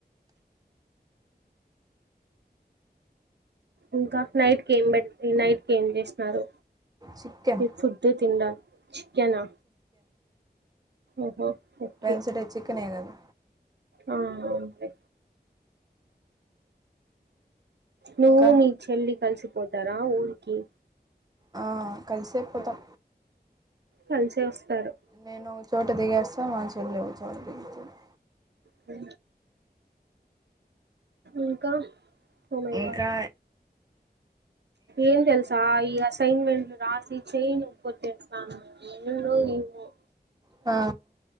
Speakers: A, on the right (about 85°); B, on the right (about 20°).
A: ఇంకా నైట్క్ ఏం పెట్ నైట్క్ ఏం చేసినారో
B: చికెన్
A: ఏ ఫుడ్తో తిండా చికెనా ఓహో ఓకే
B: వెడ్నెస్డే చికెన్ కదా
A: ఆ అంతే నువు
B: ఇంకా
A: మీ చెల్లి కలిసిపోతారా ఊరికి
B: ఆ కలిసేపోతాం
A: కలిసే వస్తారు
B: నేను ఓ చోట దిగేస్తా మా చెల్లె ఓ చోట దిగుంతుంది
A: హు ఇంకా ఓ మై
B: ఇంకా
A: గాడ్ ఏం తెలుసా ఈ అసైన్మెంట్ రాసి చెయ్యి నీపైవచ్చేస్తది ఎల్లులో ఏమో
B: ఆ